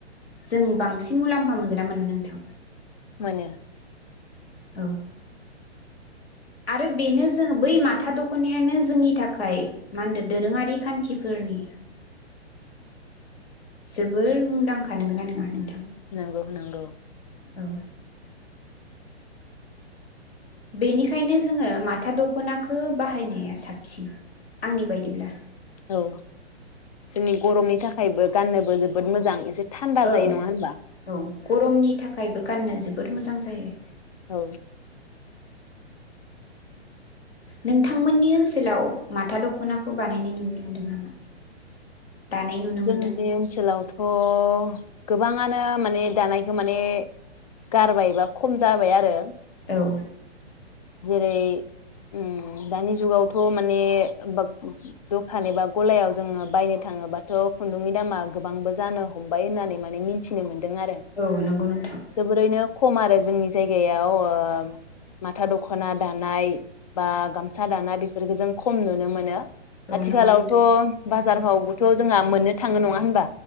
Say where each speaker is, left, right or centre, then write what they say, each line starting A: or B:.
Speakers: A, on the left; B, on the left.
A: जों बांसिन मुलाम्फा मोनगोन ना मोना नोंथां।
B: मोनो
A: औ आरो बेनो जों बै माथा द'खनायानो जोंनि थाखाय मा होनदों दोरोङारि खान्थिफोरनि जोबोर मुंदांखा नोंगोना नोंङा? नों
B: नंगौ नंगौ
A: औ बेनिखायनो जोङो माथा दख'नाखौ बाहायनाया साबसिन आंनि बायदिब्ला
B: औ जोंनि गरमनि थाखायबो गाननोबो जोबोद मोजां एसे थान्दा
A: औ
B: जायो नङा होनबा
A: औ गरमनि थाखायबो गाननो जोबोर मोजां जायो
B: औ
A: नोंथांमोननि ओनसोलाव माथा दखनाखौ बानायनाय नुनो मोनदों नामा? दानाय नुनो
B: जोंनि
A: मोनदों
B: ओन्सोलावथ अ गोबाङानो माने दानायखौ माने गारबायबा खम जाबाय आरो
A: औ
B: जेरै उम दानि जुगावथ माने बाग दखान एबा गलायाव जोङो बायनो थाङोबा थ खुन्दुंनि दामा गोबांबो जानो हमबाय होननानै माने मिथिनो मोनो। दों आरो
A: औ नंगौ नोंथां
B: जोबोरैनो खम आरो जोंनि जायगायाव ओ माथा दखना दानाय बा गामसा दानाय बेफोरफोरखौ जों खम नुनो मोनो।
A: औ
B: आथिखालावथ
A: नंगौ नोंथां
B: बाज <unintelligible> बोथ जोंहा मोननो थाङो नङा होनबा।